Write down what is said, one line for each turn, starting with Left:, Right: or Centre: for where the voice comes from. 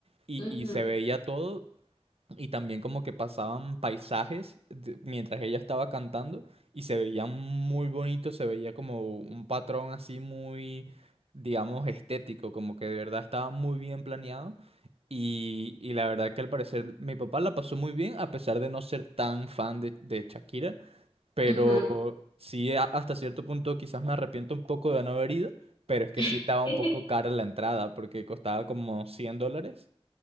Right: y,
Left: Ujú,
Right: y se veía todo y también como que pasaban paisajes de- mientras ella estaba cantando y se veía muy bonito se veía como un patrón así muy, digamos, estético, como que de verdad estaba muy bien planeado. Y, y la verdad que al parecer mi papá la pasó muy bien, a pesar de no ser tan fan de, de Shakira, pero
Left: ujú.
Right: sí a- hasta cierto punto quizás me arrepiento un poco de no haber ido, pero es que
Left: <laughs>
Right: sí estaba un poco cara la entrada porque costaba como 100 dólares.